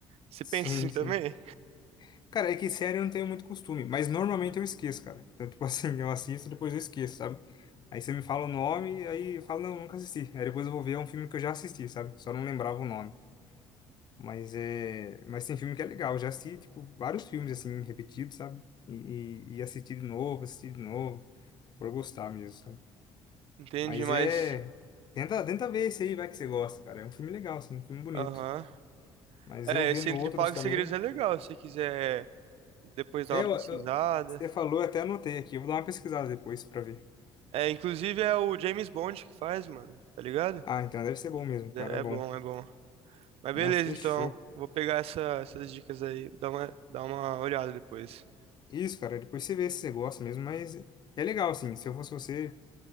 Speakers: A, on the right (about 65°); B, on the left (about 40°).
A: você
B: Sim,
A: pensa assim também?
B: sim. Cara, é que série eu não tenho muito costume, mas normalmente eu esqueço, cara. Então, tipo assim, <laughs> eu assisto e depois eu esqueço, sabe? Aí você me fala o nome, aí eu falo, não, nunca assisti. Aí depois eu vou ver, é um filme que eu já assisti, sabe? Só não lembrava o nome. Mas é, mas tem filme que é legal. Eu já assisti, tipo, vários filmes assim repetidos, sabe? E, e, e assisti de novo, assisti de novo, por eu gostar mesmo, sabe?
A: Entende?
B: Mas
A: Mas
B: é, tenta, tenta ver esse aí, vai que você gosta, cara. É um filme legal, assim, um filme bonito.
A: aham.
B: Mas
A: É,
B: eu vendo
A: esse Entre
B: outros
A: Pagos
B: também.
A: e Segredos é legal, se você quiser depois dar
B: É,
A: uma
B: Eu,
A: pesquisada.
B: eu- você falou, eu até anotei aqui. Eu vou dar uma pesquisada depois pra ver.
A: É, inclusive é o James Bond que faz, mano, tá ligado?
B: Ah, então deve ser bom mesmo,
A: É,
B: cara, é
A: é
B: bom.
A: bom, é bom. Mas
B: Não,
A: beleza,
B: fechou.
A: então, vou pegar essa- essas dicas aí, dar uma, dar uma olhada depois.
B: Isso, cara, depois você vê se você gosta mesmo, mas é legal, assim. Se eu fosse você